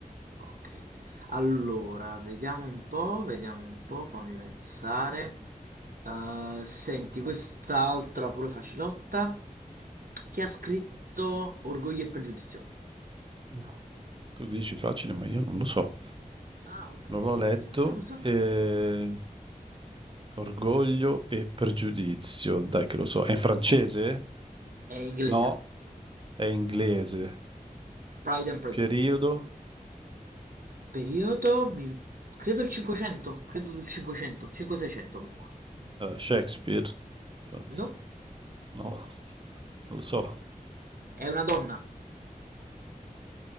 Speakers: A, on the right; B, on the right.
A: Okay. Allora, vediamo un po', vediamo un po', fammi pensare. Eh, senti, quest'altra pure facilotta. Chi ha scritto Orgoglio e Pregiudizio?
B: No. Tu dici facile, ma io non lo so.
A: Ah, ok,
B: Non l'ho
A: <laughs>
B: letto.
A: ti chiedo scusa.
B: E... Orgoglio e pregiudizio, dai che lo so. È in francese?
A: È inglese.
B: No, è inglese.
A: Pride and Prejudice.
B: Periodo,
A: Periodo, mi- credo il 500, credo sul 500, 500-600 comunque.
B: eh, Shakespeare. No,
A: No?
B: non lo so.
A: È una donna.